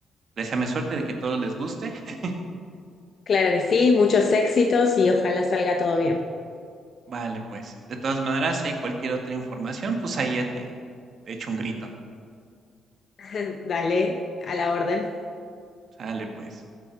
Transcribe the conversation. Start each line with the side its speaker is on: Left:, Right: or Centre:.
Right: Deseame suerte de que todos les guste. <laughs>
Left: Claro que sí, muchos éxitos y ojalá salga todo bien.
Right: Vale, pues. De todas maneras, hay cualquier otra información, pues ahí ya te, te echo un grito.
Left: <laughs> Dale, a la orden.
Right: Sale, pues.